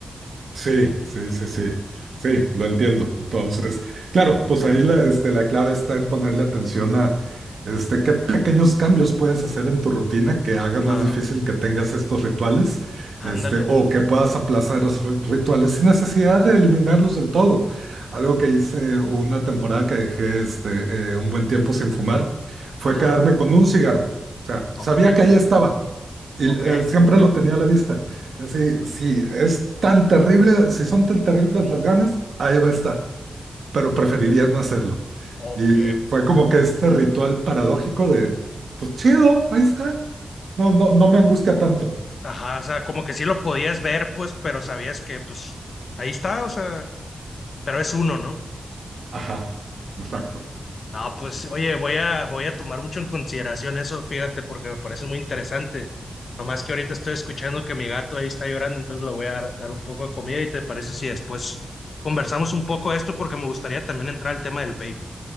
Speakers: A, on the right; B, on the left.
A: Sí, sí, sí, sí, sí, lo entiendo. Entonces, claro, pues ahí la, este, la clave está en ponerle atención a este, qué pequeños cambios puedes hacer en tu rutina que haga
B: Claro,
A: más difícil que tengas estos rituales,
B: ándale,
A: este, o que puedas aplazar esos ri- rituales sin necesidad de eliminarlos del todo. Algo que hice una temporada que dejé este, eh, un buen tiempo sin fumar fue
B: ajá,
A: quedarme con un cigarro. O sea,
B: ok,
A: sabía que ahí estaba y
B: ok,
A: eh, siempre lo tenía a la vista. Si, si es tan terrible, si son tan terribles las ganas, ahí va a estar, pero preferiría no hacerlo.
B: ok,
A: Y fue como que este ritual paradójico de, pues chido, ahí está. No, no, no me angustia tanto.
B: ajá, o sea, como que sí lo podías ver, pues, pero sabías que, pues, ahí está, o sea, pero es uno, ¿no?
A: Ajá, exacto.
B: No, pues oye, voy a, voy a tomar mucho en consideración eso, fíjate, porque me parece muy interesante. Nomás que ahorita estoy escuchando que mi gato ahí está llorando, entonces le voy a dar, dar un poco de comida y te parece si después conversamos un poco de esto, porque me gustaría también entrar al tema del vape.